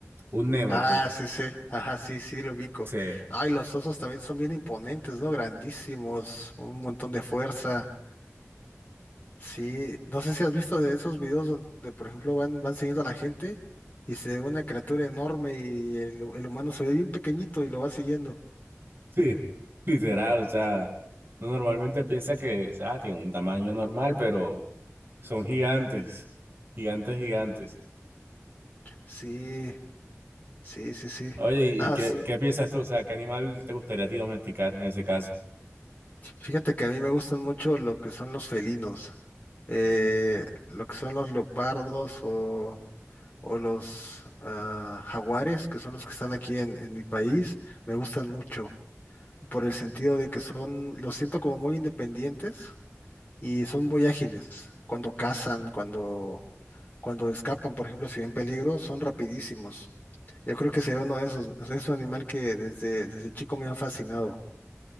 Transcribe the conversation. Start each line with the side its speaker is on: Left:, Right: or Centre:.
Right: Un Nemo,
Left: Ah,
Right: pues,
Left: sí, sí. Ajá, sí, sí, lo ubico.
Right: se,
Left: Ay, los osos también son bien imponentes, ¿no? Grandísimos, un montón de fuerza. Sí, no sé si has visto de esos videos donde, por ejemplo, van, van siguiendo a la gente y se ve una criatura enorme y el, el humano se ve bien pequeñito y lo va siguiendo.
Right: <laughs> sí, literal, o sea, no normalmente piensa que, o sea, tiene un tamaño normal, pero son gigantes, gigantes, gigantes.
Left: Sí, sí, sí, sí.
Right: Oye, ¿y
Left: Nada,
Right: qué,
Left: s-
Right: qué piensas tú? O sea, ¿qué animal te gustaría a ti domesticar en ese caso?
Left: fíjate que a mí me gustan mucho lo que son los felinos, eh, lo que son los leopardos o, o los ah, jaguares, que son los que están aquí en, en mi país, me gustan mucho por el sentido de que son, los siento como muy independientes y son muy ágiles. Cuando cazan, cuando, cuando escapan, por ejemplo, si ven peligro, son rapidísimos. Yo creo que sería uno de esos. o sea, es un animal que desde, desde chico me ha fascinado.